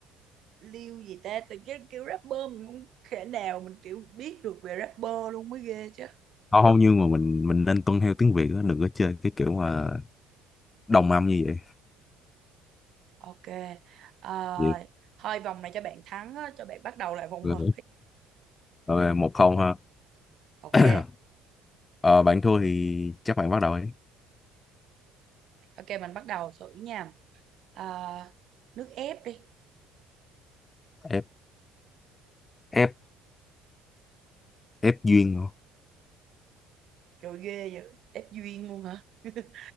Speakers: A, on the right; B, on the left.
A: liêu gì ta? Từ cái kiểu rapper mình không thể nào mình kiểu biết được về rapper luôn mới ghê chứ.
B: không không nhưng mà mình mình nên tuân theo tiếng Việt á đừng có chơi cái kiểu mà đồng âm như vậy
A: Ok. Ờ,
B: vậy
A: thôi vòng này cho bạn thắng á, cho bạn bắt đầu lại vòng
B: là-
A: mới
B: rồi một không ha
A: Ok,
B: <clears throat> Ờ, bạn thua thì chắc bạn bắt đầu ấy
A: ok mình bắt đầu thử nha. À, nước ép đi.
B: f f f duyên hả?
A: Trời ghê vậy, ép duyên luôn hả? <laughs>